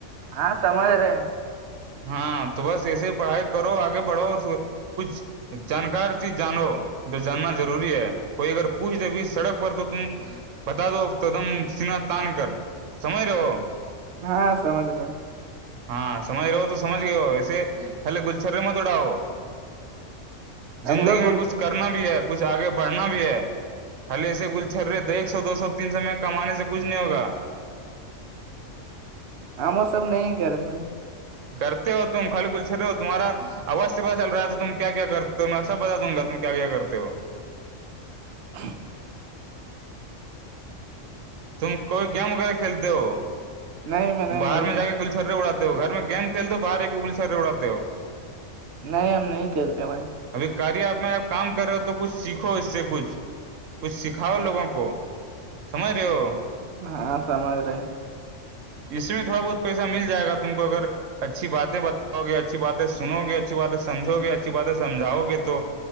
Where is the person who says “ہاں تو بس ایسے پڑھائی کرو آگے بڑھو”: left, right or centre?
Right